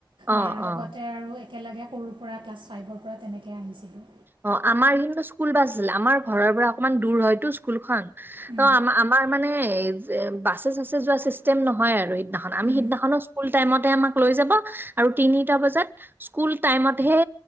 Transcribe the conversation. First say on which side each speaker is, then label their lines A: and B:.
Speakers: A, on the right; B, on the right.
A: অ',
B: বাৰ লগতে
A: অ',
B: আৰু একেলগে সৰুৰ পৰা ক্লাছ ফাইভৰ পৰা তেনেকৈ আহিছিলোঁ।
A: অ'! আমাৰ কিন্তু, স্কুল বাছ আছিলে। আমাৰ ঘৰৰ পৰা অকমান দূৰ হয়তো স্কুলখন।
B: উম,
A: অ'! আমাৰ, আমাৰ মানে, বাছে চাছে যোৱা চিষ্টেম নহয় আৰু। সিদিনাখন, আমি
B: উম।
A: সিদিনাখনো স্কুল টাইমতে আমাক লৈ যাব আৰু তিনিটা বজাত। স্কুল টাইমত হে